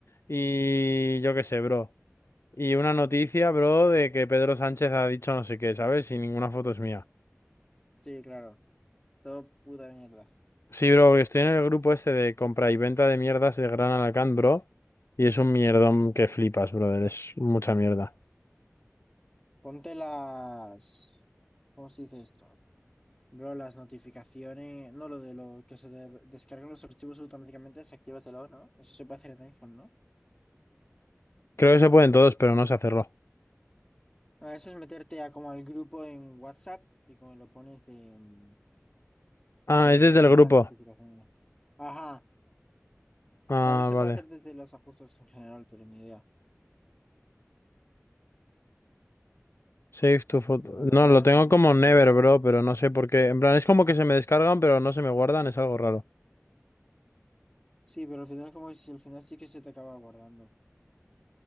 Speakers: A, on the left; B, on the left.
A: y yo qué sé, bro. Y una noticia, bro, de que Pedro Sánchez ha dicho no sé qué, ¿sabes? Y ninguna foto es mía.
B: Sí, claro, todo puta mierda.
A: Sí, bro, porque estoy en el grupo este de compra y venta de mierdas de Gran Alacant, bro. Y es un mierdón que flipas, brother. Es mucha mierda.
B: Ponte las, ¿cómo se dice esto? Bro, las notificaciones, no lo de lo que se de- descargan los archivos automáticamente, desactívatelo, ¿no? Eso se puede hacer en iPhone, ¿no?
A: Creo que se pueden todos, pero no se cerró.
B: Ah, Eso es meterte a como al grupo en WhatsApp y como lo pones de... mm,
A: Ah,
B: De desactivar
A: es desde el grupo.
B: las notificaciones. Ajá.
A: Ah,
B: Tal vez se
A: vale.
B: puede hacer desde los ajustes en general, pero ni idea.
A: Save to photo.
B: La verdad
A: No, lo
B: es
A: tengo
B: que no
A: como
B: te sabría
A: never,
B: decir.
A: bro, pero no sé por qué. En plan, es como que se me descargan, pero no se me guardan, es algo raro.
B: Sí, pero al final como si al final sí que se te acaba guardando.